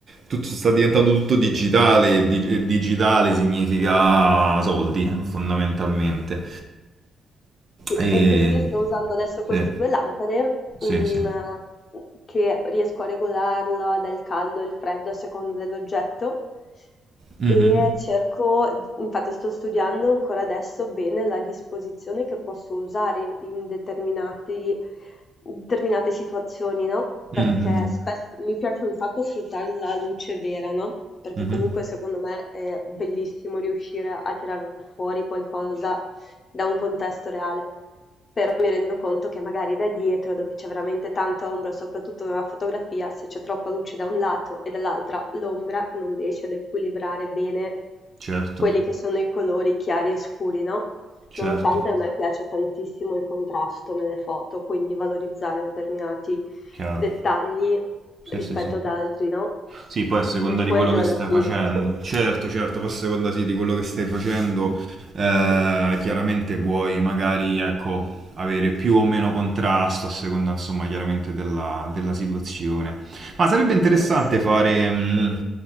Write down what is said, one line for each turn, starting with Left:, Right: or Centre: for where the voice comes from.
Right: Tutto, sta diventando tutto digitale e dig- e digitale significa soldi, fondamentalmente.
Left: Sì,
Right: E...
Left: e quindi sto usando adesso queste
Right: Sì,
Left: due lampade,
Right: sì,
Left: mm,
Right: sì.
Left: che riesco a regolarla dal caldo e il freddo a seconda dell'oggetto
Right: Mhm,
Left: e cerco, infatti sto studiando ancora adesso bene la disposizione che posso usare in determinati- determinate situazioni, no?
Right: mhm,
Left: Perché spesso mi piace un sacco sfruttare la luce vera, no? Perché
Right: mhm.
Left: comunque secondo me è bellissimo riuscire a tirar fuori qualcosa da un contesto reale mi rendo conto che magari da dietro, dove c'è veramente tanta ombra, soprattutto nella fotografia, se c'è troppa luce da un lato e dall'altra, l'ombra non riesce ad equilibrare bene
Right: Certo,
Left: quelli che sono i colori chiari e scuri, no?
Right: certo,
Left: Nonostante a me piace tantissimo il contrasto nelle foto, quindi valorizzare determinati
Right: chiaro.
Left: dettagli
Right: Sì,
Left: rispetto
Right: sì, sì.
Left: ad
Right: sì.
Left: altri, no?
Right: Sì, poi a seconda
Left: Che è
Right: di
Left: quello
Right: quello che
Left: alla
Right: stai
Left: fine.
Right: facendo. Certo, certo, poi a seconda sì, di quello che stai facendo, eh, chiaramente vuoi magari, ecco, avere più o meno contrasto a seconda, insomma, chiaramente della, della situazione. Ma sarebbe interessante
Left: Eh sì.
Right: fare, mh,